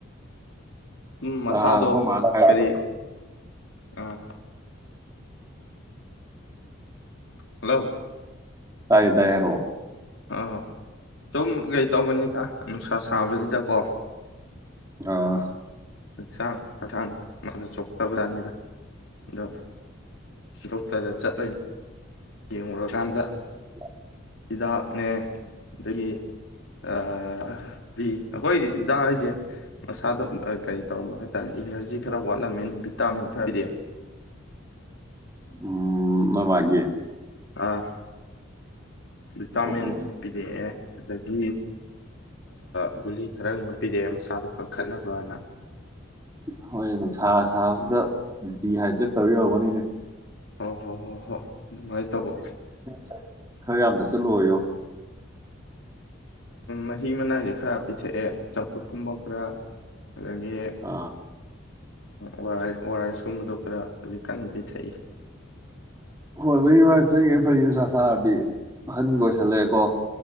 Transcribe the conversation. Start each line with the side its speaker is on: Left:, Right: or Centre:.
Left: ꯎꯝ ꯃꯁꯥꯗꯣ
Right: ꯅꯍꯥꯟ ꯑꯈꯣꯢ ꯃꯥꯅ ꯍꯥꯏ
Left: ꯀꯔꯤ ꯑꯥ ꯍꯜꯂꯣ
Right: ꯇꯥꯏꯌꯦ ꯇꯥꯢꯌꯦ ꯍꯥꯢꯔꯛꯔꯣ
Left: ꯑ ꯁꯨꯝ ꯀꯩ ꯇꯧꯕꯅꯤꯗ ꯅꯨꯡꯁꯥ ꯁꯥꯕꯁꯤꯗꯀꯣ
Right: ꯑꯥ
Left: ꯍꯛꯆꯥꯡ ꯍꯛꯁꯥꯡ ꯃꯥꯁꯨ ꯆꯣꯛꯈ꯭ꯔꯕꯖꯥꯠꯅꯤꯗ ꯑꯗꯣ ꯗꯣꯛꯇꯔꯗ ꯆꯠꯂꯒ ꯌꯦꯡꯨꯔꯀꯥꯟꯗ
Right: ꯍ
Left: ꯍꯤꯗꯥꯛꯅꯦ ꯑꯗꯒꯤ ꯑ ꯕꯤ ꯑꯩꯈꯣꯏ ꯍꯤꯗꯥꯛ ꯍꯥꯏꯁꯦ ꯃꯁꯥꯗ ꯀꯔꯤ ꯇꯧꯔꯝꯕ ꯍꯥꯏꯇꯥꯔꯦ ꯏꯅꯔꯖꯤ ꯈꯔ ꯋꯥꯠꯂꯝꯃꯦꯅ ꯚꯤꯇꯥꯃꯤꯟ ꯈꯔ ꯄꯤꯔꯛꯑꯦ
Right: ꯎꯝ ꯅꯣꯢꯃꯥꯒꯤ <inaudible>
Left: ꯑꯥ ꯑꯗꯨ ꯆꯥꯃꯤꯟ
Right: ꯑꯣ ꯑꯣ
Left: ꯄꯤꯔꯛꯑꯦ ꯗꯒꯤ ꯑꯒꯨ ꯈꯔ ꯄꯤꯔꯛꯑꯦ ꯃꯁꯥꯗꯣ ꯀꯟꯈꯠꯅꯕꯅ
Right: ꯍꯣꯏ ꯑꯗꯨꯝ ꯁꯥꯔ ꯁꯥꯕꯁꯤꯗ ꯗꯤ ꯍꯥꯏꯗꯤꯦꯠ ꯇꯧꯤꯔꯧꯕꯅꯤꯅꯦ
Left: ꯍ ꯍꯣꯏ ꯍꯣ ꯍꯣꯏ ꯑꯗꯨꯃꯥꯏꯅ ꯇꯧꯕ
Right: <inaudible> ꯈꯔ ꯌꯥꯝꯗꯛ ꯆꯠꯂꯣꯏꯌꯣ
Left: ꯑꯗꯣ ꯃꯍꯤ ꯃꯅꯥꯏꯁꯦ ꯈꯔ ꯄꯤꯊꯛꯑꯦ ꯆꯝꯐꯨꯠꯀꯨꯝꯕ ꯈꯔ ꯑꯗꯨꯗꯒꯤꯗꯒꯤ
Right: ꯑꯥ
Left: ꯎ ꯑꯣꯔꯥꯏꯁꯀꯨꯝꯕꯗꯣ ꯈꯔ ꯍꯧꯖꯤꯛ ꯀꯟꯅ ꯄꯤꯊꯛꯏ
Right: ꯍꯣꯏ ꯋꯥꯔꯤ ꯋꯥ ꯐꯉꯩ ꯐꯩ ꯁ ꯁꯥꯔꯗꯤ ꯑꯍꯟꯒ ꯑꯣꯏꯁꯜꯂꯛꯑꯦꯀꯣ